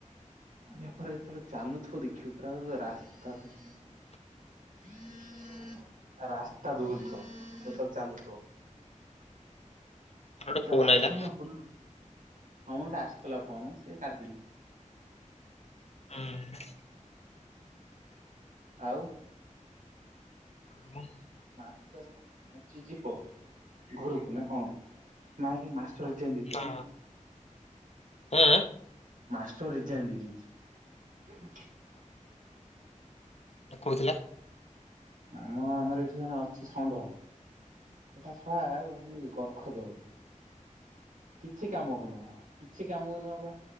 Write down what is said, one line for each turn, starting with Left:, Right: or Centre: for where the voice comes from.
Right: ଇଆ ପରେ ଯେତେବେଳେ ଚାଲୁଥିବ ଦେଖିବୁ ପୁରା ରାସ୍ତା ଦୋହ <unintelligible> ରାସ୍ତା ଦୋହଲୁ ଥବ ସେତେବେଳେ। ଚାଲୁଥିବ
Left: ଗୋଟେ
Right: ପୁରା
Left: ଫୋନ୍
Right: ରାସ୍ତା
Left: ଆଇଲା।
Right: ମାନେ ହଲୁ ହଁ ମ ଗୋଟା ଆସୁଥିଲା ଫୋନ ସେ କାଟି ଦେଲି।
Left: ହୁଁ।
Right: ଆଉ?
Left: <unintelligible>
Right: ମାଷ୍ଟର ଆଜି ଯିବ ଘରକୁ ନା ହଁ! !!!!!!!!! ମାଷ୍ଟର ରିଜାଇନ ଦେଇ ଦେଇଛି
Left: ନା
Right: ଜାଣୀଛୁ।
Left: ଉଁ
Right: ମାଷ୍ଟର ରିଯାଇନ୍ ଦେଇ ଦେଇଛି।
Left: ଦେଖୋଉଥିଲା।
Right: ଆମ ଆମର ଏଠି ଜଣେ ଅଛି ଷଣ୍ଢ ସେଟା ସଳା ଓନଲି କର୍ଖ ଦଉଡି। କିଛି କାମକୁ ନୁହଁ କିଛି କାମକୁ ନୁହଁ ବା।